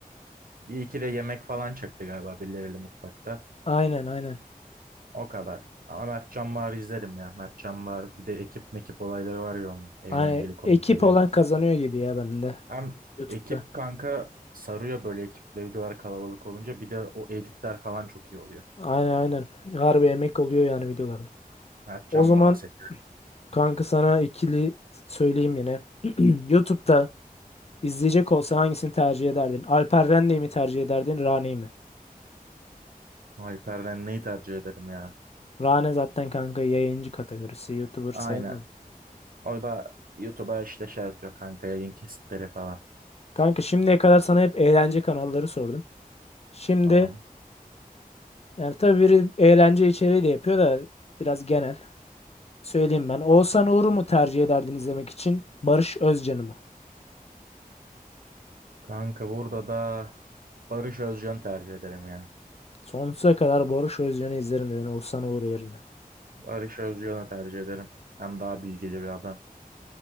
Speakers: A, on the right (about 70°); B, on the left (about 45°).
A: Bir iki de yemek falan çekti galiba birileriyle mutfakta.
B: Aynen aynen.
A: O kadar. Ama Mert Can Bağır'ı izlerim ya. Mert Can Bağır bir de ekip mekip olayları var ya onun. Eğlenceli
B: Hani
A: komik
B: ekip
A: oluyor.
B: olan kazanıyor gibi ya bende
A: Hem
B: YouTube'da.
A: ekip kanka sarıyor böyle ekiple videolar kalabalık olunca. Bir de o editler falan çok iyi oluyor.
B: Aynen aynen. Harbi emek oluyor yani videolarda.
A: Mert Can
B: O zaman
A: Bağır seçerim.
B: kanka sana ikili söyleyeyim yine. <clears throat> YouTube'da İzleyecek olsa hangisini tercih ederdin? Alper Rende'yi mi tercih ederdin? Rane'yi mi?
A: Alper'den neyi tercih ederim ya?
B: Rane zaten kanka yayıncı kategorisi. YouTuber sayılmaz.
A: Aynen. Orada YouTube'a işte şey atıyor kanka yayın kesitleri falan.
B: Kanka şimdiye kadar sana hep eğlence kanalları sordum. Şimdi
A: Tamam.
B: yani tabii biri eğlence içeriği de yapıyor da biraz genel. Söyleyeyim ben. Oğuzhan Uğur'u mu tercih ederdin izlemek için? Barış Özcan'ı mı?
A: Kanka burada da Barış Özcan'ı tercih ederim ya.
B: Sonsuza kadar Barış Özcan'ı izlerim dedin Oğuzhan Uğur yerine.
A: Barış Özcan'ı tercih ederim. Hem daha bilgili bir adam.